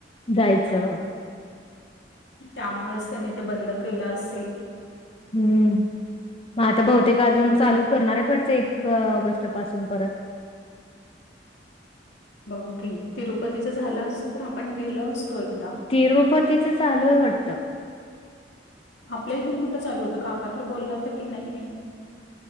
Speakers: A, on the left (about 30°); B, on the left (about 75°).
A: जायचं
B: त्यामुळेच त्यानी ते बंद केलं असेल
A: हम्म मग आता बहुतेक अजून चालू करणारच वाटतं एक ऑगस्ट पासून परत
B: बघू की तिरुपतीच झालं असत तर आपण गेलो असतो एकदा.
A: तिरुपतीचं चालू आहे वाटतं
B: आपल्या इथून कुठं चालू होतं काका तर बोलला होत की नाहीे